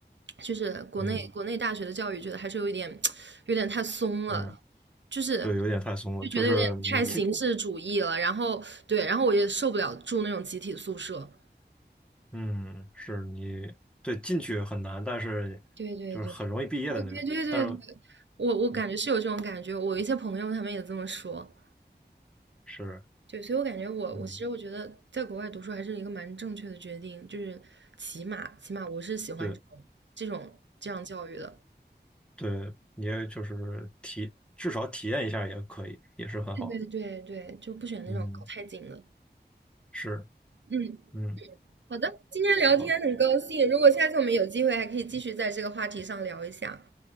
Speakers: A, on the right; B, in the centre.
A: 就是国内国内大学的教育，
B: 嗯
A: 觉得还是有一点有点太松了，
B: 嗯，
A: 就是
B: 对，有点太松了，
A: 就觉得有点太形式主义了。
B: 就是你进
A: 然后对，然后我也受不了住那种集体宿舍。
B: 嗯，是你对进去很难，但是就是很容易毕业的那种。
A: 对对对对，我对对对对，
B: 但是
A: 我我感觉是有这种感觉，
B: 对，
A: 我一些朋友他们也这么说。
B: 是，
A: 对，所以我感觉我我其实我觉得在国外读书还是一个蛮正确的决定，
B: 嗯，
A: 就是起码起码我是喜欢这种这种这样教育的。
B: 对对，你也就是体至少体验一下也可以，也是很好。
A: 对对对对，就不选那种搞太紧的。
B: 嗯，是，
A: 嗯。
B: 嗯，
A: 好的，今天聊天很高兴，
B: 好，
A: 如果下次我们有机会，还可以继续在这个话题上聊一下。